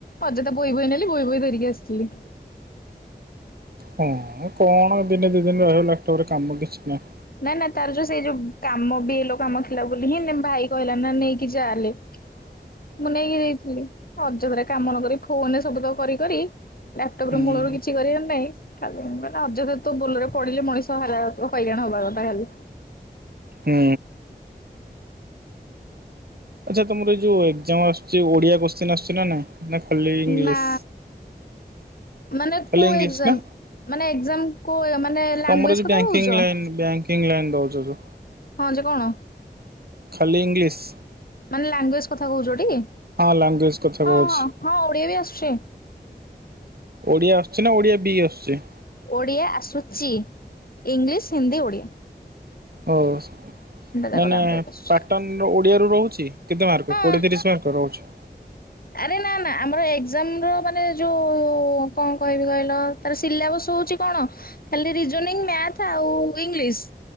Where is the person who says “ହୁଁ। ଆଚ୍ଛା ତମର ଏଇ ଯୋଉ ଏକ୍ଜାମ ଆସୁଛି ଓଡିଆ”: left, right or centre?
Right